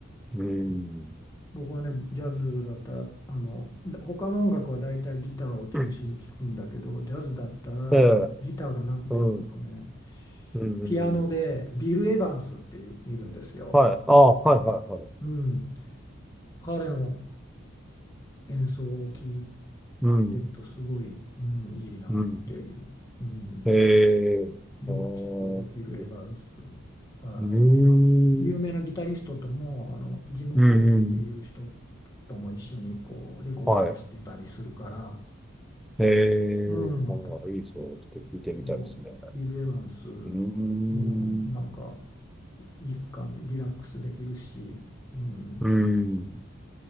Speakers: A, in the centre; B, on the left.
A: うーん。
B: 僕はね、ジャズだったら、あの、で他の音楽は大体ギターを中心に聴くんだけど、
A: うん
B: ジャズだったらギ、
A: ええ、
B: ギターがなくても、
A: うん、
B: あのね、
A: うん、
B: ピアノでビル・
A: うん。
B: エヴァンスっていう、いるんですよ。
A: はい。ああ、はい、はい、はい。
B: うん。彼の演奏を聴い
A: うん、
B: てるとすごい、うん、いいなっていう。
A: うん。
B: うん。
A: えーあー
B: よく聴くビル・エヴァンス。あ、
A: うーん、
B: あの有名なギタリストとも、あの、ジム・
A: うんうん、
B: ホールっていう人とも一緒にこうレコード出してたりするから、
A: はい。えーあーいいですね。
B: うん、
A: ちょっと聞いてみたいですね。
B: そう、ビル・エヴァンス、
A: うーん、
B: うん、なんか、いいい感じ、リラックスできるし、うん、
A: うん、